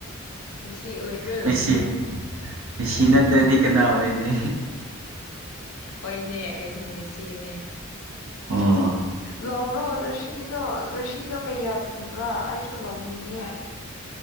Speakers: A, on the left; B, on the right.
A: ꯃꯤꯁꯤ ꯑꯣꯏꯕ꯭ꯔꯣ
B: ꯃꯦꯁꯤ ꯃꯦꯁꯤ
A: ꯑꯣ
B: ꯅꯠꯇ꯭ꯔꯗꯤ ꯀꯅꯥ ꯑꯣꯏꯅꯤ
A: ꯍꯣꯏꯅꯦ ꯑꯩꯁꯨ ꯃꯦꯁꯤꯅꯦ
B: ꯎꯝ
A: ꯂꯧꯔꯣ ꯔꯁꯤꯗꯣ ꯔꯔꯤꯁꯤꯗꯣ ꯀꯌꯥ ꯄꯤꯕ꯭ꯔꯥ ꯑꯩꯁꯨ ꯂꯧꯅꯤꯡꯉꯦ